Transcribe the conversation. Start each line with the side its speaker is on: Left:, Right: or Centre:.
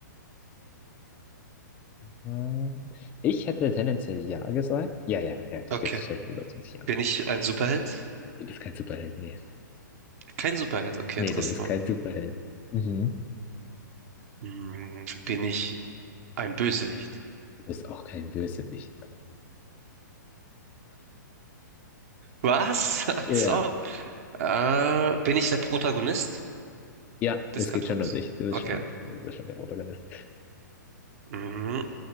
Left: Mhm. Ich hätte tendenziell ja gesagt. Ja, ja, ja, dich
Right: Okay.
Left: gibt es seit über 20 Jahren.
Right: Bin ich ein Superheld?
Left: Du bist kein Superheld, nee.
Right: Kein Superheld, okay,
Left: Nee,
Right: interessant.
Left: du bist kein Superheld. Mhm.
Right: Hm, bin ich ein Bösewicht?
Left: Du bist auch kein Bösewicht.
Right: Was? <laughs> Als
Left: Ja,
Right: ob. Äh, bin ich der Protagonist
Left: ja,
Right: des
Left: es
Right: Cartoons?
Left: geht schon um dich. Du bist
Right: Okay.
Left: schon, du bist schon der Protagonist.
Right: Mhm,